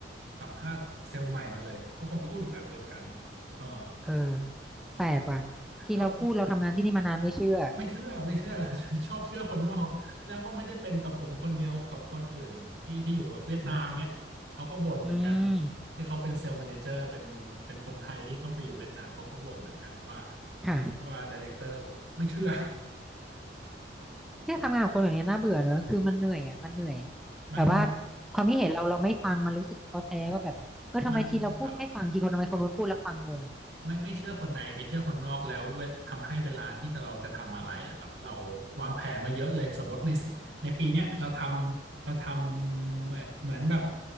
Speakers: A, on the right; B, in the centre.
A: สัมภาษณ์เซลล์ใหม่มาเลยเขาก็พูดแบบเดียวกันเออ
B: เออแปลกว่ะที่เราพูดเราทำงานที่นี่มานานไม่เชื่อ
A: แล้วไม่เชื่อไม่เชื่อ <laughs> ชอบเชื่อคนนอกแล้วก็ไม่ได้เป็นกับผมคนเดียวกับคนอื่นพี่ที่อยู่แบบเวียดนามเนี่ยเขาก็บ่นเหมือนกัน
B: อืม
A: ที่เขาเป็นเซลล์แมเนเจอร์เป็นเป็นคนไทยที่ต้องไปอยู่เวียดนามเขาก็บ่นเหมือนกันว่า
B: ค่ะ
A: ว่าไดเรคเตอร์ผมไม่เชื่อ
B: เนี่ยทำงานกับคนแบบนี้น่าเบื่อเนอะคือมันเหนื่อยอ่ะมันเหนื่อย
A: <laughs> มัน
B: แบบว่าความคิดเห็นเราเราไม่ฟังมันรู้สึกท้อแท้ว่าแบบเออทำไมทีเราพูดไม่ฟังทีคนทำไมคนนู้นพูดแล้วฟังงง
A: มันครับ ไม่ไม่เชื่อคนในไปเชื่อคนนอกแล้วเวทำให้เวลาที่เราจะทำอะไรอะครับเราวางแผนมาเยอะเลยสมมติในสิในปีเนี้ยเราทำเราทำเหมือนเหมือนแบบ